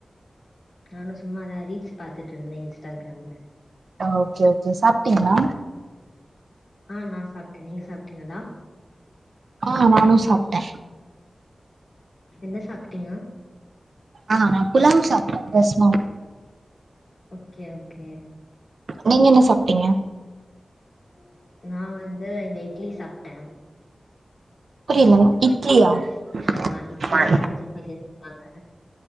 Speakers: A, on the left; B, on the right.
A: நானு சும்மாதா ரீல்ஸ் பாத்துட்டுருந்தே இன்ஸ்டாகிராம்ல
B: ஓகே ஓகே சாப்ட்டீங்களா
A: அ நா சாப்பிட்டே நீங்க சாப்டிங்களா
B: ஆ நானு சாப்ட்டே
A: என்ன சாப்டிங்க
B: ஆ ந புலாவ் சாப்டே ரஸ்மா
A: ஓகே ஓகே
B: நீங்க என்ன சாப்டிங்க
A: ஓகே நா வந்து இந்த இட்லி சாப்டே
B: புரிலங்க இட்லியா <unintelligible>
A: ஆமா இட்லி கார சட்னி செஞ்சிருந்தாங்க